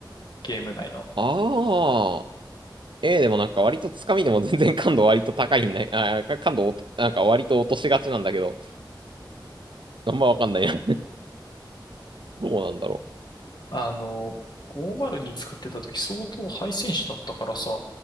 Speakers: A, on the left; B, on the right.
A: ゲーム内の。
B: ああ。A でもなんか割とつかみでも <laughs> 全然感度割と高いんだ、あー、感度おとなんか割と落としがちなんだけど、<laughs> あんまわかんないな。<laughs> どうなんだろ
A: あの、502使ってた時相当ハイ選手だったからさ、